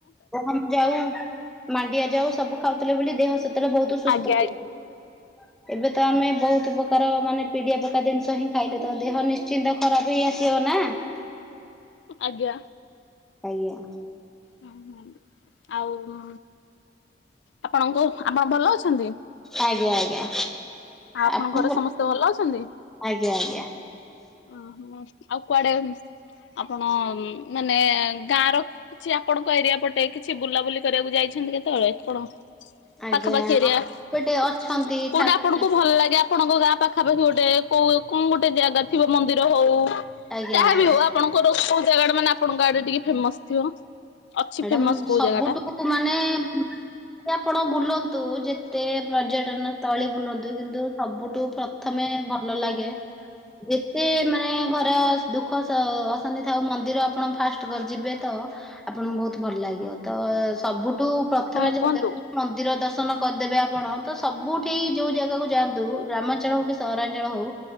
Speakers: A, in the centre; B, on the left.
A: ଗହମ। ଯାଉ, ମାଣ୍ଡିଆ ଯାଉ ସବୁ ଖାଉଥିଲେ ବୋଲି ଦେହ ସେତେବେଳେ ବହୁତୁ ସୁସ୍ଥ
B: ଆଜ୍ଞା ଆଜ୍ଞା
A: ଥିଲା। ଏବେ ତ ଆମେ ବହୁତ ପ୍ରକାର ମାନେ ପିଡିଆ ପକା ଜିନିଷ ହିଁ ଖାଇଲେ ତ ଦେହ ନିଶ୍ଚିନ୍ତ ଖରାପ ହେଇ ଆସିବ ନା।
B: ଆଜ୍ଞା।
A: ଆଜ୍ଞା।
B: ହଁ ହଁ ଆଉ ଉଁ ଆପଣଙ୍କୁ ଆପଣ ଭଲ ଅଛନ୍ତି?
A: ଆଜ୍ଞା ଆଜ୍ଞା।
B: ଆଉ ଆପଣଙ୍କ
A: ଆପଣ
B: ଘରେ ସମସ୍ତେ ଭଲ ଅଛନ୍ତି?
A: ଆଜ୍ଞା ଆଜ୍ଞା।
B: ଓହୋ ଆଉ କୁଆଡେ ଆପଣ ଉଁ ମାନେ ଗାଁ ର? କିଛି ଆପଣଙ୍କ ଏରିଆ ପଟେ କିଛି ବୁଲାବୁଲି କରିବାକୁ ଯାଇଛନ୍ତି କେତେବେଳେ କଣ?
A: ଆଜ୍ଞା।
B: ପାଖାପାଖି ଏରିଆ କୋଉଟା
A: ଏପଟେ ଅଛନ୍ତି ଠାକୁରାଣୀ
B: ଆପଣଙ୍କୁ
A: ମନ୍ଦିର।
B: ଭଲ ଲାଗେ ଆ ଆପଣଙ୍କ ଗାଁ ପାଖାପାଖି ଗୋଟେ କୋଉ କଣ ଗୋଟେ ଜାଗା ଥିବ ମନ୍ଦିର ହଉ
A: ଆଜ୍ଞା
B: ଯାହା
A: ଆଜ୍ଞା
B: ବି ହଉ ଆ ଆପଣଙ୍କର କୋଉ ଜାଗା ଟା ମାନେ ଆପଣଙ୍କ ଆଡେ ଟିକେ ଫେମସ ଥିବ। ଅଛି
A: ମ୍ୟାଡ଼ାମ
B: ଫେମସ କୋଉ
A: ସବୁଠୁ
B: ଜାଗା ଟା
A: ମାନେ। ଏ ଆପଣ ବୁଲନ୍ତୁ ଯେତେ ପର୍ଯ୍ୟଟନ ସ୍ଥଳୀ ବୁଲନ୍ତୁ କିନ୍ତୁ ସବୁଠୁ ପ୍ର ପ୍ରଥମେ ଭଲ ଲାଗେ। ଯେତେ ମାନେ ଘରେ ଦୁଃଖ ଶା ଅଶାନ୍ତି ଥାଉ ମନ୍ଦିର ଆପଣ ଫାଷ ଟ ଯିବେ ତ ଆପଣଙ୍କୁ ବହୁତ ଭଲ ଲାଗିବ ତ ସବୁଠୁ ପ୍ରଥମେ
B: ହଁ
A: ଜଗା
B: କୁହନ୍ତୁ
A: ମନ୍ଦିର ଦର୍ଶନ କରିଦେବେ ଆପଣ ତ ସବୁଠି ଯୋଉ ଜାଗାକୁ ଯାଆନ୍ତୁ ଗ୍ରାମାଞ୍ଚଳ ହଉ କି ସହରାଞ୍ଚଳ ହଉ।